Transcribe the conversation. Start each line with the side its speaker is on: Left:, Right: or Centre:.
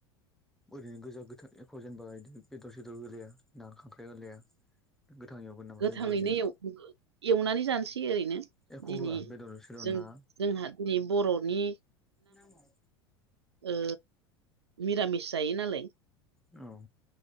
Centre: ओरैनो गोजा गोथां एख' जेनेबा बिदि बेदर सेदर होलाया ना खांख्राय होलाया। गोथां एवगोन नामा
Right: गोथाङैनो
Centre: जेनेबा ओरैनो?
Right: एव एवनानै
Centre: <inaudible>
Right: जानोसै ओरैनो
Centre: एख'
Right: दिनै
Centre: होआ बेदर सदर
Right: जों
Centre: ना?
Right: जोंहा दिनै बर'नि
Centre: नामाव
Right: ओ निरामिस जायो नालाय।
Centre: औ